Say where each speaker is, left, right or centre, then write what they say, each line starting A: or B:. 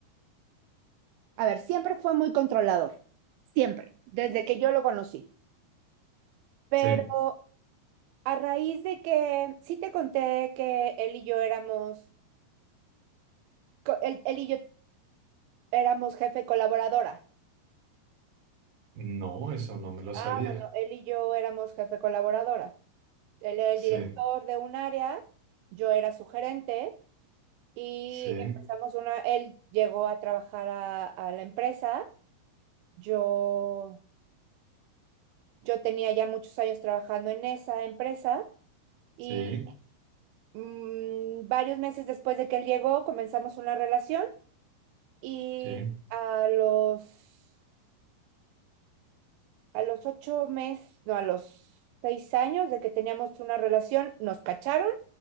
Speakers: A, on the right; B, on the right.
A: a ver, siempre fue muy controlador, siempre, desde que yo lo conocí. Pero
B: sí.
A: A raíz de que sí te conté que él y yo éramos, co- él, él y yo éramos jefe colaboradora.
B: No, eso no me lo
A: Ah,
B: sabía.
A: bueno, él y yo éramos jefe colaboradora. Él era el
B: Sí,
A: director de un área, yo era su gerente y
B: sí,
A: empezamos una, él llegó a trabajar a, a la empresa. Yo, yo tenía ya muchos años trabajando en esa empresa y
B: sí,
A: mm, varios meses después de que él llegó comenzamos una relación. Y
B: sí.
A: a los, a los ocho meses, no, a los seis años de que teníamos una relación, nos cacharon